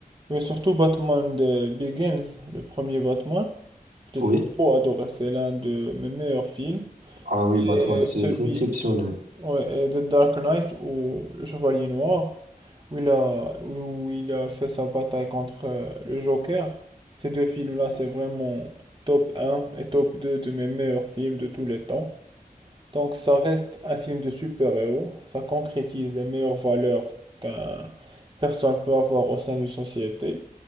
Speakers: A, on the right; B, on the right.
A: Mais surtout Batman de Begins, le premier Batman, j'ai
B: Oui,
A: trop adoré. C'est l'un de mes meilleurs films.
B: ah oui,
A: Et
B: Batman, c'est
A: celui,
B: c'est exceptionnel.
A: Ouais, et de Dark Knight ou le Chevalier Noir, où il a, où il a fait sa bataille contre euh, le Joker. Ces deux films-là, c'est vraiment top un et top 2 de mes meilleurs films de tous les temps. Donc ça reste un film de super-héros, ça concrétise les meilleures valeurs qu'un personne peut avoir au sein d'une société,